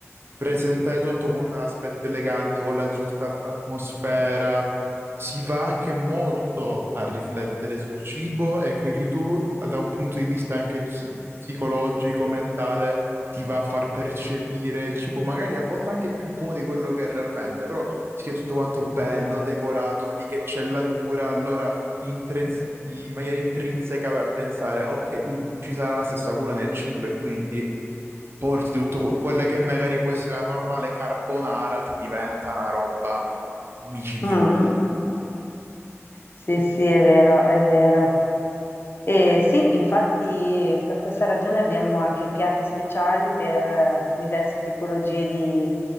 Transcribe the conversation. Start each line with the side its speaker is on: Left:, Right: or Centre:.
Right: presentare tutto con un aspetto elegante, con la giusta atmosfera, si va anche molto a riflettere sul cibo e come dici tu, da un punto di vista anche psi- psicologico, mentale, ti va a far percepire il cibo, magari a volte anche più buono di quello che è realmente, però si è tutto quanto bello, decorato, vedi che c'è la cura, allora intrins- in maniera intrinseca vai a pensare, ok, quindi ci sarà la stessa cura nel cibo e quindi porti tutto quella che magari può essere una normale carbonara, ti diventa una roba micidiale.
Left: Mm, mm, mm. Sì, sì, è vero, è vero. Eh, sì, infatti per questa ragione abbiamo anche piatti speciali per eh, diverse tipologie di,